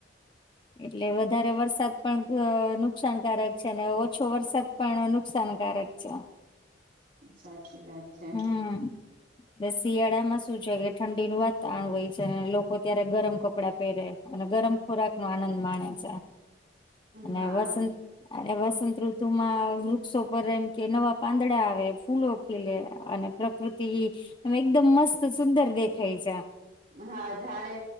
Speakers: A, on the left; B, on the right.
A: એટલે વધારે વરસાદ પણ ભ નુકસાનકારક છે ને ઓછ છો વરસાદ પણ નુકસાનકારક છે.
B: સાચી વાત. છે
A: હમ. ને શિયાળામાં શું છે કે ઠંડીનું વાતાવરણ હોય છે ને લોકો ત્યારે ગરમ કપડાં પહેરે. અને ગરમ ખોરાક નો આનંદ માણે છે અને
B: હા
A: વસંત અરે વસંત ઋતુ માં વૃક્ષો પર એમ કે નવા પાંદડા આવે ફૂલો ખીલે. અને પ્રકૃતિ એકદમ મસ્ત સુંદર દેખાય છે.
B: હા જાણે